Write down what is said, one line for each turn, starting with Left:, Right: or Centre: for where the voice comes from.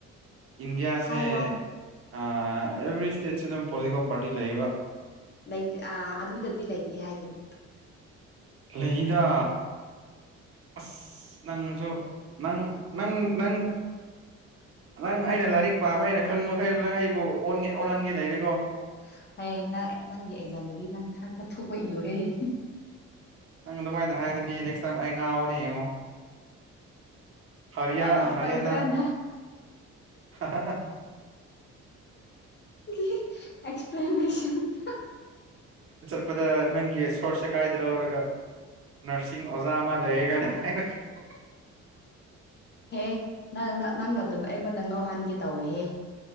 Right: ꯏꯟꯗꯤꯌꯥꯁꯦ
Left: ꯍꯥꯏꯌꯣ
Right: ꯑꯥ ꯑꯦꯕ꯭ꯔꯤ ꯏꯁꯇꯦꯠꯁꯤ ꯗꯨꯝ ꯄꯣꯂꯤꯇꯤꯀꯦꯜ ꯄꯥꯔꯇꯤ ꯂꯩꯌꯦꯕ
Left: ꯂꯩꯇꯦ ꯑꯥ ꯑꯗꯨꯗꯗꯤ ꯂꯩꯇꯦ ꯍꯥꯏꯕꯅꯤ
Right: ꯂꯩꯗꯥ ꯑꯁ ꯅꯪꯁꯨ ꯅꯪ ꯅꯪ ꯅꯪ ꯅꯪ ꯑꯩꯅ ꯂꯥꯏꯔꯤꯛ ꯄꯥꯕ ꯑꯩꯅ ꯈꯪꯕ ꯃꯈꯩ ꯅꯪ ꯑꯩꯕꯨ ꯑꯣꯟꯒꯦ ꯑꯣꯟꯍꯟꯒꯦ ꯂꯥꯏꯔꯤꯛ
Left: ꯍ ꯍꯌꯦ ꯅꯪ ꯅꯪꯒꯤ ꯑꯦꯛꯖꯥꯝꯗꯗꯤ ꯅꯪ ꯈꯪꯗ ꯊꯨꯕꯨꯏꯌꯨꯔꯦꯍꯦ
Right: ꯅꯪ ꯑꯗꯨꯃꯥꯏꯅ ꯍꯥꯏꯔꯗꯤ ꯅꯦꯛꯁ ꯇꯥꯏꯝ ꯑꯩ ꯉꯥꯎꯕꯅꯤ ꯌꯦꯡꯉꯣ ꯍꯔꯤꯌꯥ
Left: ꯋꯥꯟ ꯑꯣꯐ
Right: ꯍꯔꯤꯌꯥꯅꯥ
Left: ꯃꯥꯏ ꯐ꯭ꯔꯦꯟ
Right: ꯍꯥ ꯍꯥ ꯍꯥ ꯍ ꯍ ꯍ
Left: ꯍꯤ ꯑꯦꯛꯁꯄ꯭ꯂꯦꯅꯦꯁꯟ ꯍꯥ
Right: ꯀꯗ ꯅꯪꯒꯤ ꯁꯣꯔꯁꯦ ꯀꯥꯏꯗ꯭ꯔꯣ ꯑꯔꯒ ꯅꯔꯁꯤꯡ ꯑꯣꯖꯥ ꯑꯃ ꯂꯩꯔꯒꯅ ꯍꯥꯏꯔꯒ ꯍꯨꯝ ꯍꯨꯝ
Left: ꯍꯦ ꯅꯪ ꯅꯪꯅ ꯗꯨꯝ ꯑꯩꯉꯣꯟꯗ ꯉꯧꯍꯟꯒꯦ ꯇꯧꯋꯦꯍꯦ